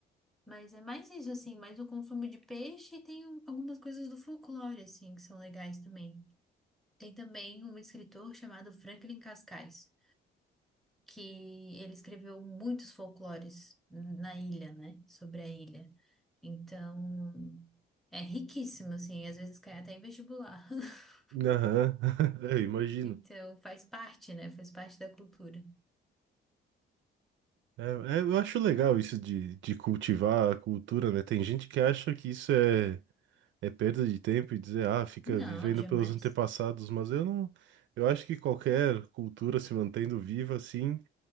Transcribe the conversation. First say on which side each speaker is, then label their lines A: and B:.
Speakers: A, in the centre; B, on the right.
A: Mas é mais isso, assim, mais o consumo de peixe e tem um- algumas coisas do folclore, assim, que são legais também. Tem também um escritor chamado Franklin Cascais, que ele escreveu muitos folclores na ilha, né, sobre a ilha. Então, é riquíssimo, assim, às vezes cai até em vestibular. <laughs>
B: Aham, <laughs> eu imagino.
A: Então, faz parte, né, faz parte da cultura.
B: É, é, eu acho legal isso de, de cultivar a cultura, né? Tem gente que acha que isso é, é perda de tempo e dizer, ah, fica
A: Não,
B: vivendo
A: jamais.
B: pelos antepassados, mas eu não. Eu acho que qualquer cultura se mantendo viva assim